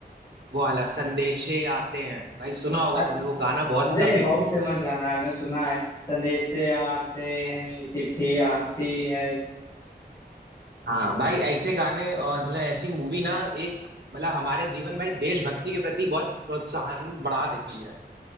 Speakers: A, on the right (about 75°); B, on the left (about 20°).
A: वो वाला संदेशे आते हैं भाई सुना होगा
B: अच्छा
A: तुमने वो गाना बहुत इसका
B: अरे
A: फेमस
B: बहुत फेमस
A: है
B: गाना है मैंने सुना है संदेश से आते हैं ये चिट्ठी आती है
A: हाँ भाई ऐसे गाने और मतलब ऐसी मूवी ना एक मतलब हमारे जीवन भाई देशभक्ति के प्रति बहुत प्रोत्साहन बढ़ा देती है